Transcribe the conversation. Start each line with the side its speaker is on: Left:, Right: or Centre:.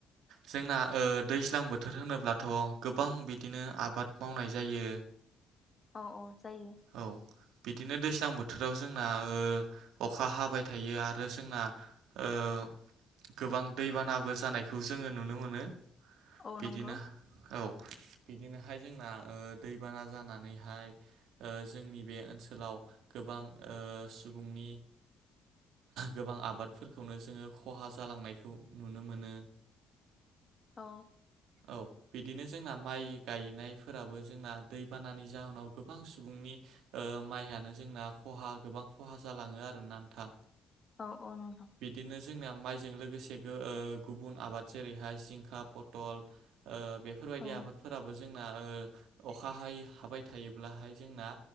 Right: जोंना ओ दैज्लां बोथोर होनोब्लाथ' गोबां बिदिनो आबाद मावनाय जायो
Left: औ औ जायो
Right: औ बिदिनो दैज्लां बोथोराव जोंना ओ अखा हाबाय थायो आरो जोंना ओ गोबां दैबानाबो जानायखौ जोङो नुनो मोनो
Left: औ
Right: बिदिनो
Left: नंगौ
Right: औ बिदिनोहाय जोंना दैबाना जानानैहाय जोंनि बे ओनसोलाव गोबां ओ सुबुंनि गोबां आबादफोरखौनो जोङो खहा जालांनायखौ नुनो मोनो <inaudible>
Left: औ।
Right: औ बिदिनो जोंना माइ गायनायफोराबो जोंना दैबानानि जाहोनाव गोबां सुबुंनि ओ माइयानो जोंना। खहा गोबां खहा जालाङो आरोना नोंथां।
Left: औ-औ नोंथां।
Right: बिदिनो जोंना माइजों लोगोसे गो-ओ गुबुन आबाद जेरैहाय जिंखा पथल ओ। बेफोरबायदि
Left: औ
Right: आबाद। जोंना ओ अखा हाय-हाबाय थायोब्लाहाय जोंना